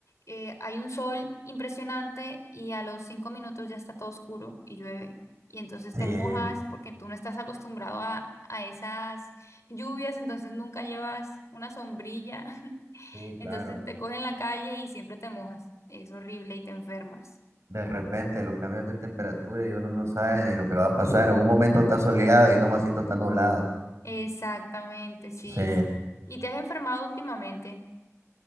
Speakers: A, on the left (about 75°); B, on the right (about 65°).
A: eh, hay un sol impresionante y a los cinco minutos ya está todo oscuro y llueve. Y entonces
B: Sí,
A: te mojas porque tú no estás acostumbrado a, a esas lluvias, entonces nunca llevas una sombrilla. <laughs>
B: sí,
A: Entonces
B: claro.
A: te cogen en la calle y siempre te mojas. Es horrible y te enfermas.
B: De repente los cambios de temperatura y uno no sabe ni lo que va a pasar. En un momento está soleado y no masito está nublado.
A: Exactamente, sí.
B: Sí.
A: ¿Y te has enfermado últimamente?